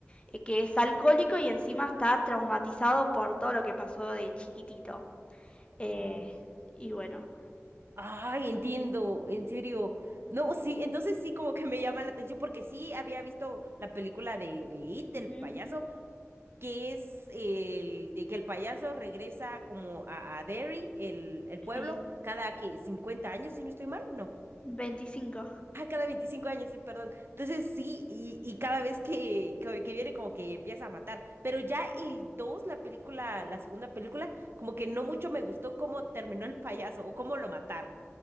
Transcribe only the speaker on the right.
Sí.
Ay, entiendo, en serio. No, sí, entonces sí como que me llama la atención porque sí había visto la película de, de It,
el payaso, que es el de que el payaso regresa como a, a Derry, el, el pueblo,
cada que 50 años, si no estoy mal, No.
Ah, cada 25 años, sí, perdón. Entonces sí, y, y cada vez que, que, que viene como que empieza a matar. Pero ya el 2 la película, la segunda película, como que no mucho me gustó cómo terminó el payaso o cómo lo mataron.